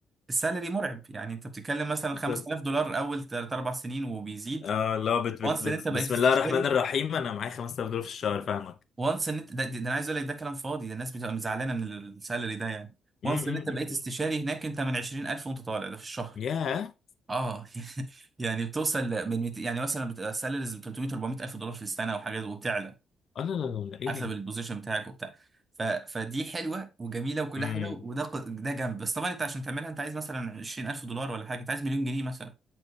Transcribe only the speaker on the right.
السالري مرعب يعني انت بتتكلم مثلا
5000 دولار اول 3 4 سنين وبيزيد
وانس
ان انت بقيت
استشاري
وانس ان انت ده, ده, ده انا عايز اقول لك ده كلام فاضي ده الناس بتبقى مزعلانه من السالري ده يعني وانس
ان انت بقيت
استشاري
هناك انت من 20000 وانت طالع ده في الشهر
اه <laughs> يعني بتوصل من ميت... يعني مثلا بتبقى سالاريز ب 300 400 الف دولار في السنه وحاجات وبتعلى
حسب
البوزيشن بتاعك وبتاع ف... فدي حلوه وجميله وكل
حاجه وده ق- ده جنب بس طبعا انت عشان تعملها انت عايز مثلا 20000 دولار ولا حاجه انت عايز مليون جنيه مثلا